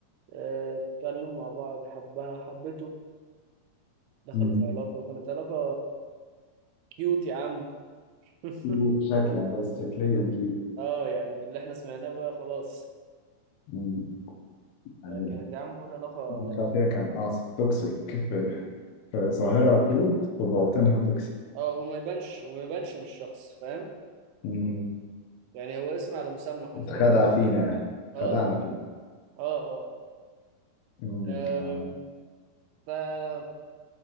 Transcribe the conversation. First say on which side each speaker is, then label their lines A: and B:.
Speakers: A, on the right; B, on the left.
A: آه، اتكلموا مع بعض حبها حبته دخلوا
B: مم.
A: في علاقة وكانت علاقة كيوت يا عم <laughs>
B: كيوت شكلا بس شكليا كيوت
A: اه يعني من اللي احنا سمعناه بقى خلاص
B: مم. يعني
A: آه، كانت يا عم بقول علاقة
B: من خلفية كان قاصد توكسيك في في ظاهرها كيوت في باطنها توكسيك
A: اه وما يبانش وما يبانش من الشخص فاهم
B: مم.
A: يعني هو اسم على مسمى حرفيا
B: اتخدع فينا
A: اه
B: خدعنا فيه
A: اه اه
B: مم.
A: اه.
B: آه.
A: آم، فانا